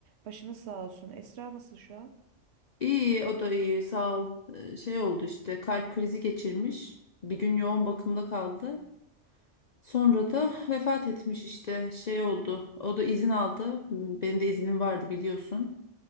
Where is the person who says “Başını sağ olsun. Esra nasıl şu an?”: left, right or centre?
Right